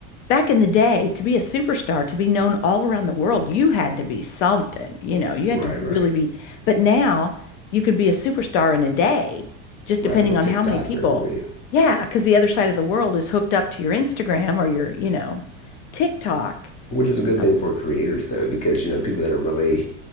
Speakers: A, on the left; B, on the left.
A: back in the day, to be a superstar, to be known all around the world, you had to be something, you know, you had
B: right,
A: to
B: right.
A: really be. But now you can be a superstar in a day, just
B: Right
A: depending
B: with a TikTok
A: on how many people.
B: or everybody.
A: Yeah, because the other side of the world is hooked up to your Instagram or your, you know, TikTok.
B: Which is a good
A: Oh,
B: thing for creators though, because you know, people that are really